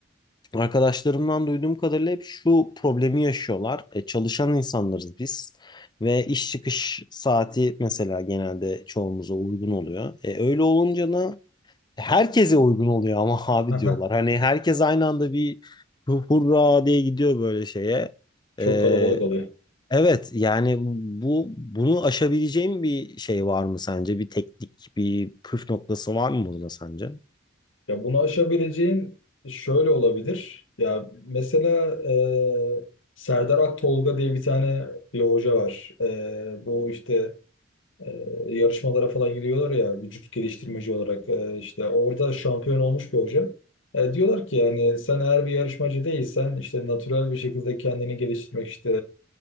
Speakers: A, on the left (about 25°); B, on the left (about 80°).
A: Arkadaşlarımdan duyduğum kadarıyla hep şu problemi yaşıyorlar. E, çalışan insanlarız biz ve iş çıkış saati mesela genelde çoğumuza uygun oluyor. E, öyle olunca da herkese uygun oluyor ama <laughs> abi
B: Aha.
A: diyorlar. Hani herkes aynı anda bir hu- hurra diye gidiyor böyle şeye.
B: Çok
A: E,
B: kalabalık oluyor.
A: evet yani bu bunu aşabileceğim bir şey var mı sence? Bir teknik, bir püf noktası var mı burada sence?
B: Ya bunu aşabileceğin şöyle olabilir. Ya mesela e, Serdar Aktolga diye bir tane bir hoca var. E, bu işte e, yarışmalara falan gidiyorlar ya vücut geliştirmeci olarak e, işte orada şampiyon olmuş bir hoca. E, diyorlar ki yani sen eğer bir yarışmacı değilsen işte natürel bir şekilde kendini geliştirmek işte